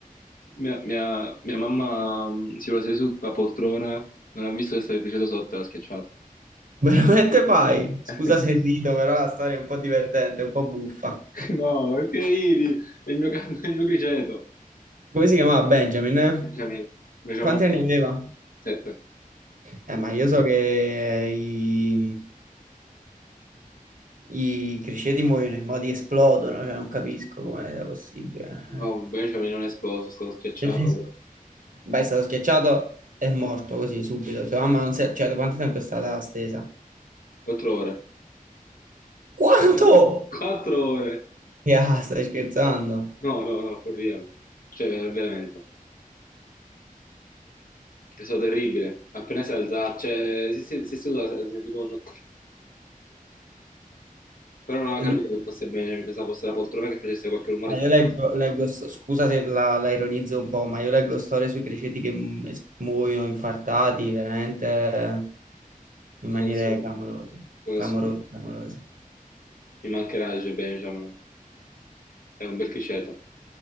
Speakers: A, on the left; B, on the right.
A: Mia, mia- mia mamma mm, si è seduta sulla poltrona, non ha visto che stava il criceto sotto e l'ha schiacciato.
B: Veramente fai? Scusa
A: <laughs>
B: se rido, però la storia è un po' divertente, un po' buffa.
A: Eh, No, che ridi? È il mio, ca- è il mio criceto.
B: Come si chiamava Benjamin? eh?
A: Benjamin, Benjamin,
B: Quanti anni aveva?
A: sette.
B: Eh, ma io so che eh, i, i criceti muoiono, i modi esplodono, cioè non capisco come sia possibile.
A: No, un Benjamin non è esploso, è stato schiacciato
B: <laughs>
A: per
B: Beh, è stato schiacciato e morto così subito. Sua mamma non si è... Cioè, da quanto tempo è stata stesa?
A: quattro ore.
B: Quanto? <laughs>
A: Quattro ore!
B: Ya, stai scherzando?
A: No, no, no, for real. Cioè, ver- veramente. È stato terribile. Appena si è alzato, cioè, si, si, si è seduto, sentivo un... Però non avevo
B: E lui-
A: capito che fosse Benjamin, pensavo fosse la poltrona che facesse qualche rumore
B: Ma
A: strano.
B: io leggo, leggo sto- scusa se la, la ironizzo un po', ma io leggo storie sui criceti che mu- es- muoiono infartati, veramente in maniere
A: Cosa assurda.
B: clamorose,
A: Cosa
B: clamorose,
A: assurda.
B: clamorose.
A: Mi mancherà il Benjamin. È un bel criceto.